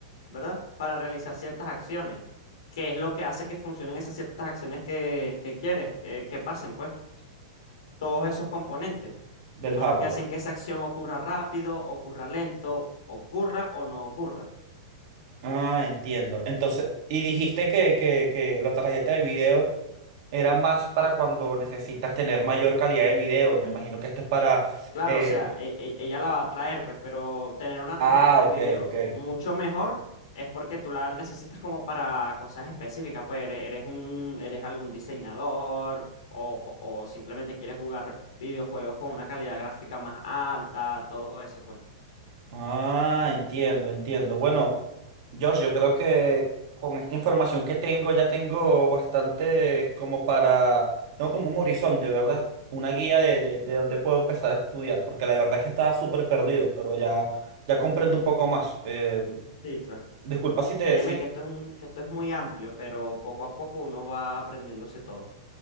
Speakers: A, on the left; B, on the right.
A: ¿verdad? Para realizar ciertas acciones. ¿Qué es lo que hace que funcionen esas ciertas acciones que, que quieres que, que pasen? Pues todos esos componentes
B: del
A: son
B: hardware.
A: los que hacen que esa acción ocurra rápido, ocurra lento, ocurra o no ocurra.
B: Ah, entiendo. Entonces, y dijiste que, que, que la tarjeta de video era más para cuando necesitas tener mayor calidad de video. Me imagino que esto es para...
A: Claro,
B: eh,
A: o sea, e- e- ella la va a traer, pues, pero tener una tarjeta
B: Ah,
A: de
B: ok,
A: video
B: ok.
A: mucho mejor es porque tú la necesitas como para cosas específicas, pues ere- eres un, eres algún diseñador o, o o simplemente quieres jugar videojuegos con una calidad gráfica más alta, todo eso, pues.
B: Ah, entiendo, entiendo. Bueno, Josh, yo creo que con esta información que tengo ya tengo bastante como para, no como un horizonte, ¿verdad? Una guía de, de, de dónde puedo empezar a estudiar, porque la verdad es que estaba súper perdido, pero ya, ya comprendo un poco más. Eh,
A: Sí, claro.
B: disculpa si te...
A: Créeme
B: Sí,
A: que esto es un, que esto es muy amplio, pero poco a poco uno va aprendiéndose todo.